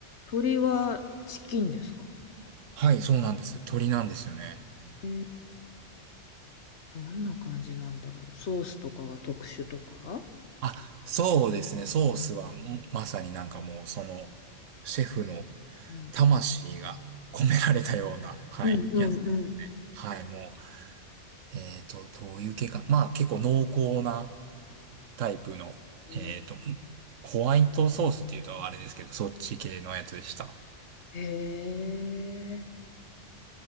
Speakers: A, on the left; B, on the right.
A: 鶏はチキンですか
B: はい、そうなんです。鶏なんですよね。
A: えーどんな感じなんだろうソースとかが特殊とか
B: あ、そうですね。ソースは、んまさになんかもう、その、シェフの
A: うん
B: 魂が込められたような、はい、
A: うんうんうん。
B: やつで。はい、もう、えっと、どういう系か。まあ、結構濃厚なタイプの、
A: え
B: えっと、んホワイトソースっていうとあれですけど、そっち系のやつでした。
A: ーえー